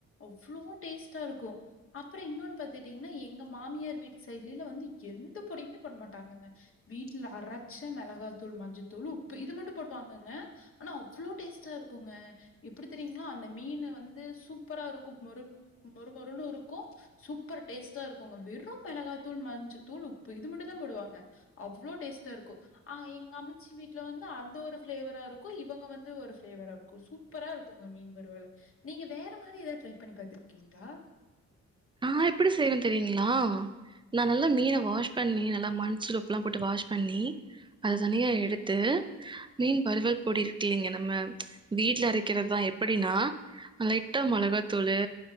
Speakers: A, on the left (about 45°); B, on the right (about 15°).
A: அவ்வளோ டேஸ்ட்டா இருக்கும் அப்புறம் இன்னொன்னு பாத்துட்டீங்கன்னா எங்க மாமியார் வீட்டு சைட்ல வந்து எந்த பொடியுமே போட மாட்டாங்கங்க வீட்டுல அரைச்ச மிளகாத்தூள் மஞ்சத்தூள் உப்பு இது மட்டும் போடுவாங்கங்க ஆனா அவ்ளோ டேஸ்டா இருக்கும் ங்க எப்படி தெரியங்களா அந்த மீன் வந்து சூப்பர இருக்கும் மொ மொறுமொறுன்னும் இருக்கும் சூப்பர் டேஸ்ட்டா இருக்குங்க வெறும் மிளகாத்தூள் மஞ்சத்தூள் உப்பு இது மட்டும் தான் போடுவாங்க அவ்ளோ அவ்ளோ டேஸ்டா இருக்கும் ஆ எங்க அம்ச்சி வீட்டுல வந்து அந்த ஒரு ஃபிளேவரா இருக்கும் இவங்க வந்து ஒரு ஃபிளேவரா இருக்கும் சூப்பரா இருக்கும்ங்க மீன் வறுவல் நீங்க வேற மாதிரி எதாவது ட்ரை பண்ணி பாத்துருக்கீங்களா
B: நான் எப்படி செய்றேன் தெரியுங்களா நான் நல்லா மீன வாஷ் பண்ணி நல்லா மண் அசல் உப்புல்லாம் போட்டு வாஷ் பண்ணி அது தனியா எடுத்து மீன் வறுவல் பொடி இருக்குலைங்க நம்ம ச் வீட்டில அரைக்கிறதுதான் எப்போ அப்படின்னா லைட்டா மொளகாத்தூளு